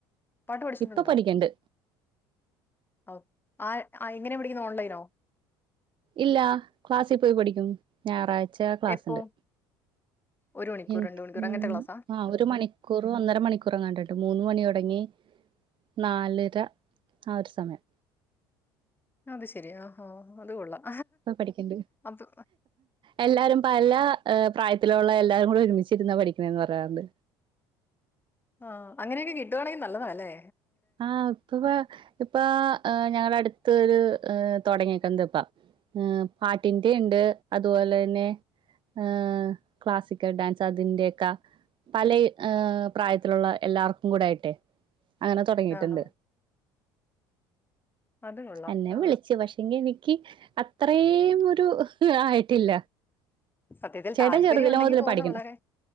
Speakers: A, on the left (about 20°); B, on the right (about 50°).
A: പാട്ട് പഠിച്ചിട്ടുണ്ടോ
B: ഇപ്പൊ പഠിക്കണ്ട്
A: ഓഹ് ആഹ് ആഹ് എങ്ങനെയാ പഠിക്കുന്നത് ഓൺലൈനോ
B: ഇല്ല ക്ലാസ്സിപോയി പഠിക്കും ഞാറാഴ്ച ക്ലാസ്ണ്ട്
A: എപ്പോ? ഒരു മണിക്കൂർ
B: എനിക്ക്
A: രണ്ട് മണിക്കൂർ
B: ഉം
A: അങ്ങനത്തെ ക്ലാസ്സാ?
B: ആഹ്
A: ഉം
B: ഒര്മണി
A: ഉം.
B: കൂറും ഒന്നര മണിക്കൂറ് എങ്ങാണ്ടാട്ട് മൂന്ന് മണിയാെടങ്ങി നാലര ആഹ് ഒരു സമയം
A: അത് ശെരി ഓഹോ ഹോ അത് കൊള്ളാം
B: ഇപ്പൊ പഠിക്കണ്ട്
A: അത്
B: എല്ലാരും പല പ്രായത്തിലുള്ള എല്ലാരുംകൂടിം ഒരുമിച്ച് ഇര്ന്നാ പഠിക്ക്ണത് എന്ന് പറയാറ്ണ്ട്
A: ഓഹ് അങ്ങനെയെക്കെ കിട്ടുവാണെങ്കിൽ നല്ലതാല്ലേ
B: ആഹ് ഇപ്പതാ ഇപ്പൊ ഞങ്ങളെ അട്ത്ത് ഒരു താെടങ്ങീക്ക്ണത് ഇപ്പാെ ഉം പാട്ടിന്റിംഇണ്ട് അതുപോലെ എന്നെ ഏഹ് ക്ലാസിക്കൽ ഡാൻസ് അതിന്റെയെക്ക പലൈ പ്രായത്തിലുള്ള എല്ലാർക്കും കൂടെ ആയിട്ടെ അങ്ങനെ താെടങ്ങിയിട്ട്ണ്ട്
A: ആഹാ അത് കൊള്ളാം.
B: എന്നെയും
A: ആ
B: വിളിച്ചു പക്ഷെങ്കി എനിക്ക് അത്രയും ഒരു ഇത് ആയിട്ടില്ല
A: സത്യത്തിൽ
B: ചേട്ടൻ
A: താല്പര്യം
B: ചെറുതിലെ
A: ഉണ്ടെങ്കി
B: മുതല്
A: പാേവുന്ന
B: പഠിക്ക്ണ്ട്
A: വളരെ